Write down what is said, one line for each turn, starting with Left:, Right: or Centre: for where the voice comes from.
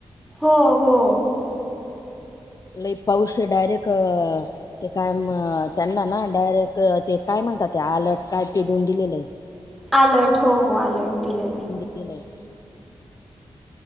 Centre: हो हो..
Left: लय पाऊस आहे डयरेक्ट अ ते काय म त्यांना ना डायरेक्ट ते काय म्हणतात ते आलट काय ते दोन दिलेत
Centre: अलर्ट हो हो अलर्ट दिलेत.
Left: दिलेत.